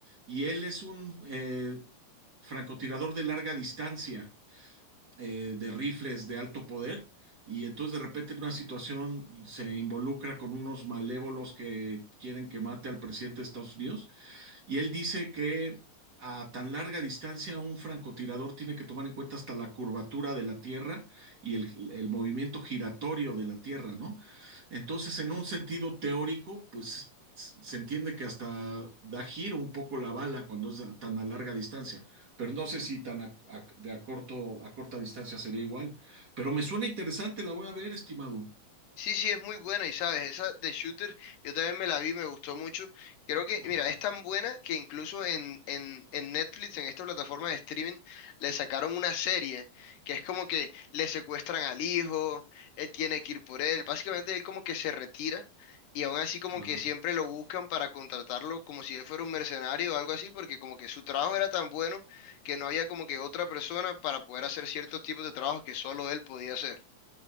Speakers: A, on the right; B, on the left.
A: y él es un eh, francotirador de larga distancia, eh, de rifles de alto poder. Y entonces de repente en una situación se involucra con unos malévolos que quieren que mate al presidente de Estados Unidos Y él dice que a tan larga distancia un francotirador tiene que tomar en cuenta hasta la curvatura de la Tierra y el, el movimiento giratorio de la Tierra, ¿no? Entonces, en un sentido teórico, pues s- se entiende que hasta da giro un poco la bala cuando es a tan a larga distancia, pero no sé si tan a- a- de a corto, a corta distancia sería igual, pero me suena interesante, la voy a ver, estimado.
B: Sí, sí, es muy buena y sabes, esa de Shooter, yo también me la vi, me gustó mucho. Creo que,
A: Ajá,
B: mira, es tan buena que incluso en, en, en Netflix, en esta plataforma de streaming, le sacaron una serie que es como que le secuestran al hijo, él tiene que ir por él, básicamente él como que se retira y aún así como
A: ajá.
B: que siempre lo buscan para contratarlo como si él fuera un mercenario o algo así, porque como que su trabajo era tan bueno que no había como que otra persona para poder hacer ciertos tipos de trabajos que solo él podía hacer.